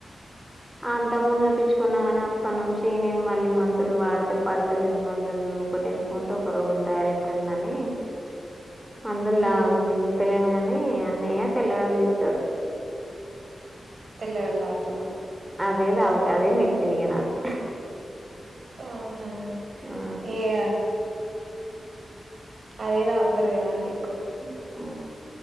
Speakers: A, in the centre; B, on the right (about 55°).
A: అంతకుముందు చూపించుకున్నా గాని అప్పటి నుంచి నేను మళ్ళీ మందులు వాడితే పడతలేవు మందులు ఒకటిేసుకుంటే ఒక రోగం తయారైతుందని మందుల
B: ఉమ్
A: మింగుతలేను కానీ ని అన్నయ్య తెల్లవళ్ళు ఇత్తడు.
B: తెల్లవల్ తాగుతావా
A: అదేదావుత అదే మేడిసిన్ ఇగ నాకు
B: ఆహా!
A: ఆ,
B: ఏ అదేతాగుతరు కదా ఎ
A: హా హా